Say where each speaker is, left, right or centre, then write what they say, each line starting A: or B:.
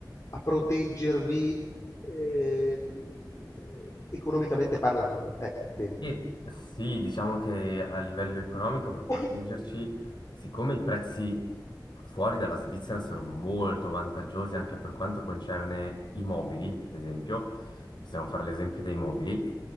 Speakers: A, on the left; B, on the left.
A: a proteggervi, ehm, economicamente parlando, eh, intendo.
B: E sì, diciamo che a livello economico per proteggerci,
A: <laughs>
B: siccome i prezzi fuori dalla Svizzera sono molto vantaggiosi anche per quanto concerne i mobili, ad esempio, possiamo fare l'esempio dei mobili,